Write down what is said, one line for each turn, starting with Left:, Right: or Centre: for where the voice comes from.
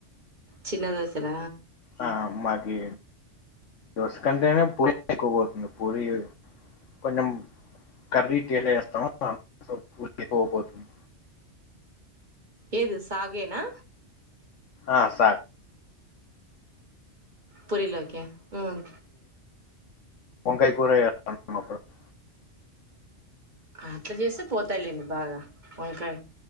Right: చిన్న దోశల
Left: ఆ మాకి దోశ కంటేనే పూరి ఎక్కువ పోతుంది పూరి కొంచెం కర్రీ <unintelligible> వేస్తామ పూరి ఎక్కుపోతుంది
Right: ఏది సాగేనా
Left: ఆ సా
Right: పురిలోకి ఉమ్
Left: వంకాయ కూర చేస్తాం <unintelligible>
Right: అట్లా చేస్తే పోతాయ్ లేండి బాగా వంకాయ